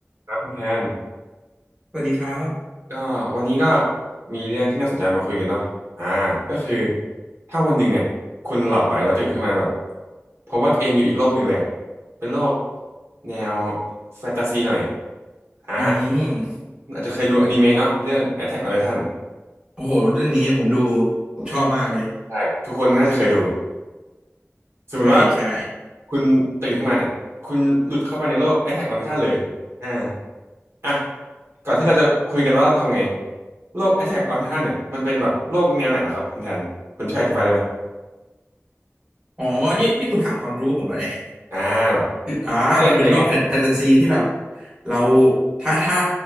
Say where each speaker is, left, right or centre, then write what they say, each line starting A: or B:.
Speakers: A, on the right; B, on the right.
A: ครับคุณแทน
B: สวัสดีครับ
A: ก็วันนี้ก็มีเรื่องที่น่าสนใจมาคุยกันเนาะอ่าก็คือถ้าวันหนึ่งเนี่ยคุณหลับไปแล้วตื่นขึ้นมาแบบเพราะว่าตัวเองอยู่อีกโลกหนึ่งเลยอ่ะเป็นโลกแนวแฟนตาซีหน่อยอ่า
B: อ๋อ
A: อาจจะเคยดูอนิเมะเนาะเรื่อง Attack on Titan
B: โอ้โหเรื่องนี้ผมดูผมชอบมากเลย
A: ใช่ทุกคนน่าจะเคยดูสมมติว่า
B: ใช่ใช่
A: คุณตื่นขึ้นมาเนี่ยคุณหลุดเข้าไปในโลก Attack on Titan เลยอ่า อ่ะก่อนที่เราจะคุยกันว่าเราทำไงโรค Attack on Titan เนี่ยมันเป็นแบบโรคแนวไหนเหรอครับคุณแทนคุณช่วยอธิบายได้ไหม
B: อ๋อ นี่นี่คุณถามความรู้ผมแล้วเนี่ย
A: อ่าแบบพล็อตเรื่องเป็นยังไง
B: คืออ่ามันเป็นโลกแฟนแฟนตาซีที่แบบเราถ้าถ้า